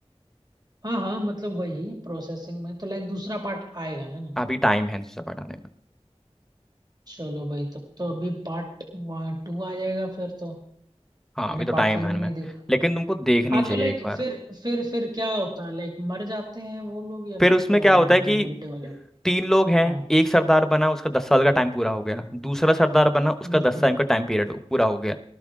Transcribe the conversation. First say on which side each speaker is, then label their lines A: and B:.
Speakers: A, on the right; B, in the centre.
A: हाँ हाँ मतलब वही प्रोसेसिंग में तो लाइक दूसरा पार्ट आएगा है ना
B: अभी टाइम है दूसरा बनाने में
A: चलो भाई तब तो अभी पार्ट वन टू आ जाएगा फिर तो
B: हाँ
A: मैंने
B: अभी तो
A: पार्ट
B: टाइम
A: वन
B: है इनमें
A: भी नहीं देखा
B: लेकिन तुमको देखनी
A: हाँ
B: चाहिए
A: तो लाइक
B: एक बार
A: फिर फिर फिर क्या होता है लाइक मर जाते हैं वो लोग या फिर
B: फिर उसमें
A: क्या
B: क्या
A: वो
B: होता है कि
A: जो गुंडे वाले
B: तीन लोग
A: हाँ
B: हैं एक सरदार बना उसका दस साल का टाइम पूरा हो गया दूसरा सरदार बना उसका
A: बिल्कुल
B: दस टाइम का टाइम पीरियड हो पूरा हो गया